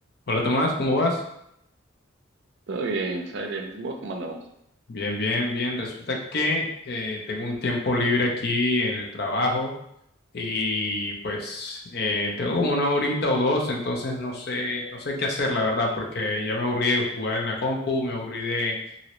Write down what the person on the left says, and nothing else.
Hola Tomás, ¿cómo vas?
Bien, bien, bien. Resulta que eh, tengo un tiempo libre aquí en el trabajo y pues eh, tengo como una horita o dos, entonces no sé, no sé qué hacer, la verdad, porque ya me aburrí de jugar en la compu, me aburrí de,